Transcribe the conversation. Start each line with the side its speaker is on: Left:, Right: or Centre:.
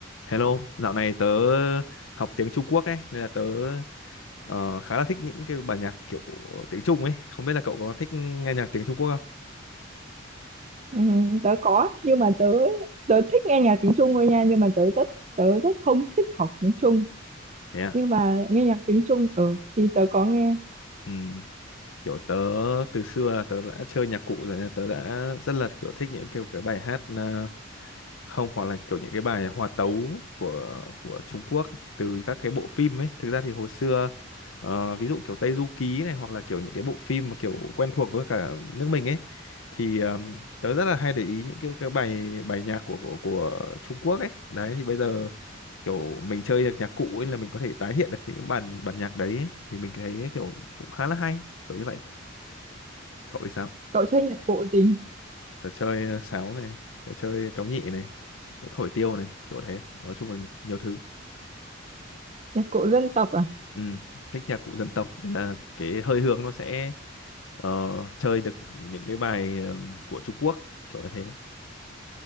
Left: Hello, dạo này tớ học tiếng Trung Quốc ấy, nên là tớ ờ, khá là thích những cái bản nhạc kiểu tiếng Trung ấy. Không biết là cậu có thích nghe nhạc tiếng Trung Quốc không?
Right: Ừ, tớ có nhưng mà tớ tớ thích nghe nhạc tiếng Trung thôi nha nhưng mà tớ rất tớ rất không thích học tiếng Trung
Left: Thế à?
Right: nhưng mà nghe nhạc tiếng Trung ừ thì tớ có nghe
Left: Ừ. kiểu tớ từ xưa là tớ đã chơi nhạc cụ rồi nên tớ đã rất là kiểu thích những kiểu cái bài hát ờ, không hoặc là kiểu những cái bài hòa tấu của của Trung Quốc từ các cái bộ phim ấy thực ra thì hồi xưa ờ, ví dụ kiểu Tây Du Ký này hoặc là kiểu những cái bộ phim mà kiểu quen thuộc với cả nước mình ấy thì ờm, tớ rất là hay để ý những cái cái bài bài nhạc của của, của Trung Quốc ấy đấy thì bây giờ kiểu mình chơi được nhạc cụ ấy là mình có thể tái hiện được những cái bản bản nhạc đấy ấy. thì mình thấy kiểu cũng khá là hay kiểu như vậy cậu thì sao
Right: cậu chơi nhạc cụ gì
Left: tớ chơi ờ, sáo này tớ chơi kéo nhị này tớ thổi tiêu này kiểu thế nói chung là nhiều thứ
Right: nhạc cụ dân tộc à
Left: ừ, thích nhạc cụ dân tộc nên là cái hơi hướng nó sẽ ờ, chơi được những cái bài ờ, của Trung Quốc kiểu như thế